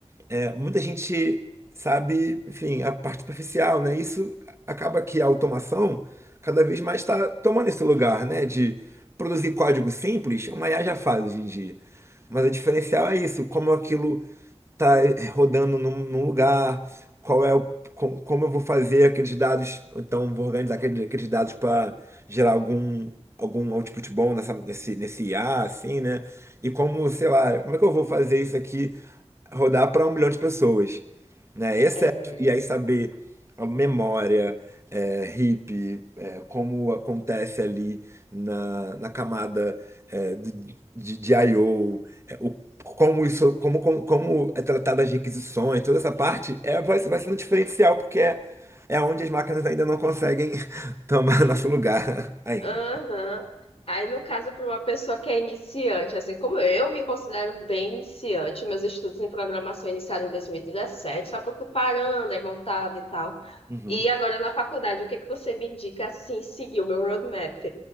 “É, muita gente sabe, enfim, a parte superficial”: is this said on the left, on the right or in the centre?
Right